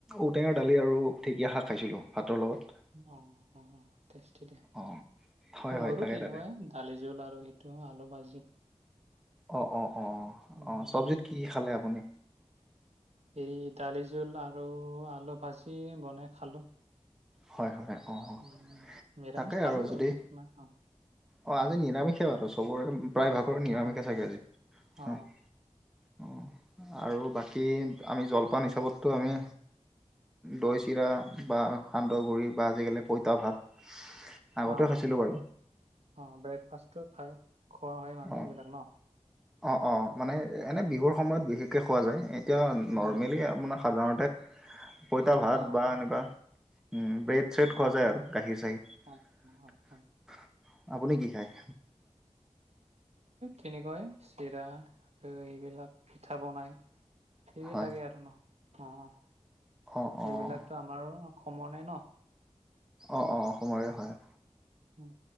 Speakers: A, in the centre; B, on the right.
A: ঔটেঙাৰ দালি আৰু ঢেঁকীয়া শাক খাইছিলোঁ ভাতৰ লগত
B: অ অ তেষ্টি দে
A: অ হয় হয়
B: মোৰো
A: তাকে
B: তেনেকুৱাই
A: তাকে
B: দালি জোল আৰু সেইটো আলু ভাজি
A: অ অ অ
B: উম
A: অ চব্জিত কি খালে আপুনি
B: হেৰি দালি জোল আৰু আলু ভাজি বনাই খালো
A: হয় হয় অ অ
B: উম নিৰামিষ
A: তাকে
B: খালো
A: যদি
B: আৰু সিখ নাই স
A: অ আজি নিৰামিষেই বাৰু চবৰে
B: উম।
A: প্ৰায় ভাগৰে নিৰামিষে
B: অ
A: চাগে আজি হয়
B: অ
A: অ আৰু বাকী আমি জলপান হিচাপততো আমি দৈ চিৰা বা সান্দহ গুড়ি বা আজিকালি পঁইতা ভাত আগতে
B: অ অ
A: খাইছিলোঁ বাৰু
B: অ ব্ৰেকফাষ্টটো খাই খোৱা হয় মানে
A: অ'।
B: এইবিলাক ন
A: অ অ মানে এনেই বিহুৰ সময়ত বিশেষকৈ খোৱা যায় এতিয়া
B: উম,
A: নৰ্মেলি আপোনাৰ সাধাৰণতে পঁইতা ভাত
B: অ',
A: বা এনেকুৱা ব্ৰেড চেট খোৱা যায়
B: অ',
A: আৰু গাখীৰ চাহীৰ,
B: অ', অ হয়।
A: আপুনি কি খায়?
B: তেনেকৈ চিৰা আৰু এইবিলাক পিঠা বনাই সেইবিলাকেই
A: হয়
B: আৰু ন অ
A: অ',
B: সেইবিলাকতো
A: অ',
B: আমাৰো অসমৰে ন।
A: অ অ অসমৰে হয়
B: উম